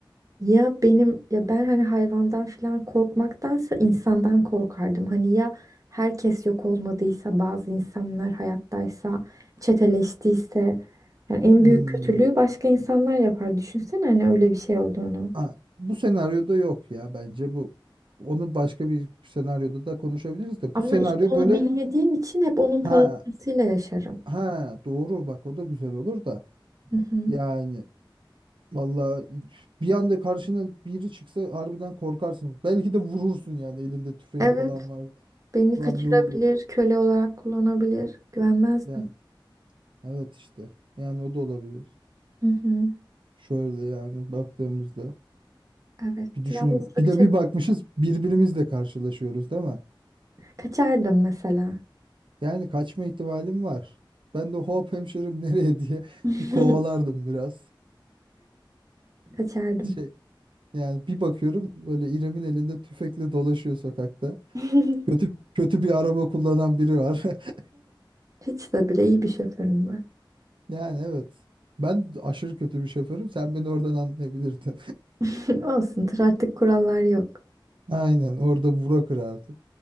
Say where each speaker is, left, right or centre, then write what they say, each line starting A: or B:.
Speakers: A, on the right; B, on the right.
A: Ya benim ya ben hani hayvandan falan korkmaktansa insandan korkardım. Hani ya herkes yok olmadıysa bazı insanlar hayattaysa çeteleştiyse yani en
B: Hmm.
A: büyük kötülüğü başka insanlar yapar. Düşünsene hani öyle bir şey olduğunu.
B: Ha, bu senaryoda yok ya bence bu. Onu başka bir senaryoda da konuşabiliriz de.
A: Ama
B: Bu senaryo
A: işte onu
B: böyle
A: bilmediğim için hep onun
B: ha
A: parasıyla yaşarım.
B: ha doğru bak o da güzel olur da.
A: Hı hı.
B: Yani vallahi bir anda karşına biri çıksa harbiden korkarsın. Belki de vurursun yani elinde tüfeğin
A: Evet,
B: falan var.
A: beni kaçırabilir,
B: Lan ne oluyor?
A: köle olarak kullanabilir. Güvenmezdim.
B: Yani evet işte. Yani o da olabilir.
A: Hı hı.
B: Şöyle yani baktığımızda.
A: Evet,
B: Bir düşünün.
A: yalnızlık
B: Bir de
A: çek.
B: bir bakmışız birbirimizle karşılaşıyoruz değil mi?
A: Kaçardım mesela.
B: Yani kaçma ihtimalim var. Ben de hop hemşerim <laughs> nereye diye
A: <laughs>
B: bir kovalardım biraz.
A: Kaçardım.
B: Şey yani bir bakıyorum böyle İrem'in elinde tüfekle dolaşıyor sokakta.
A: <laughs>
B: Kötü kötü bir araba kullanan biri var. <laughs>
A: Hiç de bile iyi bir şoförüm var.
B: Yani evet. Ben aşırı kötü bir şoförüm. Sen beni oradan anlayabilirdin.
A: <laughs> Olsun, trafik kurallar yok.
B: <laughs> Aynen orada vura kırardık.